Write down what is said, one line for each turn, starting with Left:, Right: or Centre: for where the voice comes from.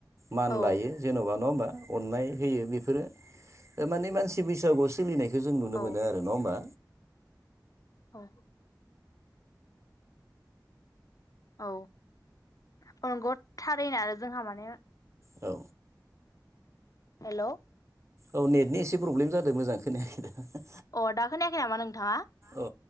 Right: मान
Left: औ
Right: लायो। जेन'बा नङा होमबा अननाय होयो बेफोरो माने मानसि बैसागुआव सोलिनायखायो। बेखौ जों नुनो
Left: औ
Right: मोनो आरो नङा होमबा।
Left: औ औ औ नंगौ थारैनो आरो जोंहा माने।
Right: औ
Left: हेल'।
Right: औ नेटनि एसे प्रब्लेम जादों मोजां खोनायाखै दा।
Left: अ दा खोनायाखै नामा नोंथाङा।
Right: अ